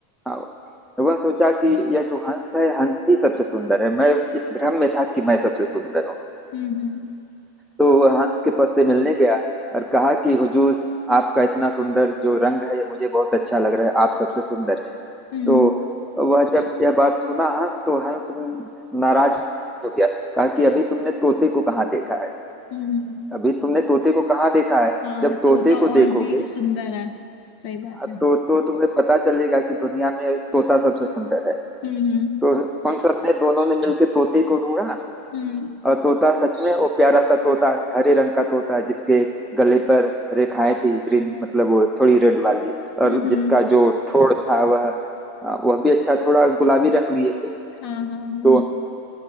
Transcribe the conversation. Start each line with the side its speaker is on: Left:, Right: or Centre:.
Centre: हाँ वह सोचा कि यह जो हंस है हंस ही सबसे सुंदर है मैं इस भ्रम में था कि मैं सबसे सुंदर हूँ
Left: हम्म हम्म।
Centre: तो वह हंस के पास से मिलने गया और कहा कि हुजूर आपका इतना सुंदर जो रंग है ये मुझे बहुत अच्छा लग रहा है आप सबसे सुंदर हैं
Left: हम्म
Centre: तो वह जब यह बात सुना हंस तो हंस नाराज हो गया कहा कि अभी तुमने तोते को कहाँ देखा है
Left: हम्म
Centre: अभी तुमने तोते को कहाँ देखा है
Left: हाँ
Centre: जब तोते
Left: तोता
Centre: को
Left: और
Centre: देखोगे
Left: भी सुंदर है सही बात
Centre: हाँ,
Left: है
Centre: तो, तो तुम्हें पता चलेगा कि दुनिया में तोता सबसे सुंदर है
Left: हम्म हम्म
Centre: तो उन सब ने दोनों ने मिलके तोते को ढूंढा
Left: हम्म
Centre: और तोता सच में वो प्यारा सा तोता हरे रंग का तोता जिसके गले पर रेखाएं थी ग्रीन मतलब वो थोड़ी रेड वाली और
Left: हम्म हम्म,
Centre: जिसका जो ठोड़ था वह अ, वह भी अच्छा थोड़ा गुलाबी रंग लिए हुए
Left: हाँ हाँ हाँ
Centre: तो